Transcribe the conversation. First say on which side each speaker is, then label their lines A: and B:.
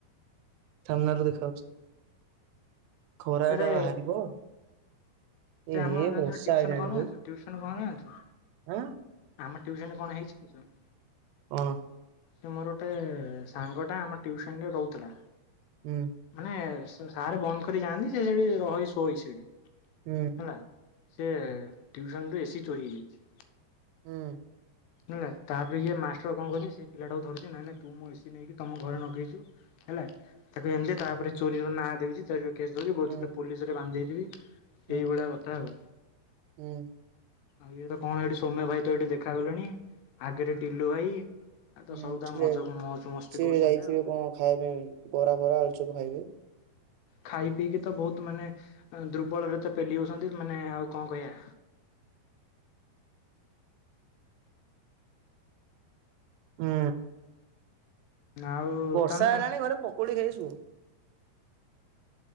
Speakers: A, on the right; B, on the left.
A: ଥାମ୍ନାରୁ ଦେଖାଯାଉଛି ଖରା
B: ସେରେ
A: ଏଟା ବାହାରିବ। ଏ
B: ସେ ଆମ
A: ହେ
B: <inaudible> ଟ୍ୟୁସନ
A: ବର୍ଷା ଆଇଲାଣି
B: କରୁନାହାଁନ୍ତି
A: ରେ
B: ଟ୍ୟୁସନ କରୁନାହାଁନ୍ତି।
A: ଆଁ।
B: ଆମ ଟ୍ୟୁସନରେ କଣ ହେଇଛି ଜାଣିଛୁ?
A: କଣ?
B: ସେ ମୋର ଗୋଟେ ସାଙ୍ଗଟା ଆମ ଟିଉସନରେ ରହୁଥିଲା।
A: ହୁଁ।
B: ମାନେ ସାରେ ବନ୍ଦ କରି ଯାଆନ୍ତି ସେ ସେଠି ରହେ ଶୋଏ ସେଠି।
A: ହୁଁ।
B: ହେଲା ସେ ଟିଉସନରୁ ଏସିି ଚୋରି ହେଇଯାଇଛି।
A: ହୁଁ।
B: ହେଲା ତାପରେ ଇଏ ମାଷ୍ଟ୍ର କଣ କରିଛି ସେ ପିଲାଟାକୁ ଧରିଛି ନାଇଁ ନାଇଁ ତୁ ମୁଁ ଏସି ନେଇକି ତମ ଘରେ ନଗେଇଛୁ। ହେଲା ତାକୁ ଏମିତି ତାପରେ ଚୋରିର ନାଁ ଦେଉଛି ଚୋରିର କେସ୍ ଦଉଛିି କହୁଛି
A: ହୁଁ
B: ତୋତେ ପୋଲିସରେ ବାନ୍ଧେଇଦେବି
A: ହୁଁ
B: ଏଇଭଳିଆ କଥା ଆଉ
A: ହୁଁ
B: ଆଉ ଇଏ କଣ ଏଠି ସୋମ୍ନା ଭାଇତ ଏଠି ଦେଖାଗଲେଣି ଆଗରେ ଟିଲୁ ଭାଇ ଆଉତ
A: ହୁଁ
B: ସବୁତ
A: ସେ
B: ମଜ ମଉଜ ମସ୍ତି
A: ସିଏ
B: କରୁଛନ୍ତି
A: ଯାଇଥିବେ
B: ଆଉ
A: କଣ ଖାଇବା ପାଇଁ ବରା ଫରା ଆଳୁଚପ ଖାଇବେ
B: ଖାଇପିଇକିତ ବହୁତ ମାନେ ଦୁର୍ବଳରେତ ପେଲି ହଉଛନ୍ତି ମାନେ ଆଉ କଣ କହିବା?
A: ହୁଁ।
B: ଆଉ
A: ବର୍ଷା
B: ତାମାନେ
A: ହେଲାଣି
B: ତା
A: ଘରେ ପକୁଡି ଖାଇ ସୁଅ।